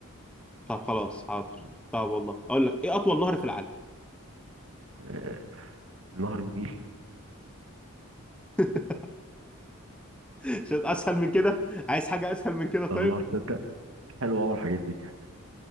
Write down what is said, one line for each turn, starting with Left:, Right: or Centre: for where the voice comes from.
Centre: طب خلاص حاضر
Right: م.
Centre: طب والله اقول لك ايه اطول نهر في العالم
Right: اه نهر النيل
Centre: <laughs> عشان اسهل من كده عايز حاجه اسهل من كده طيب
Right: الله تصدق حلوة اول الحاجات دي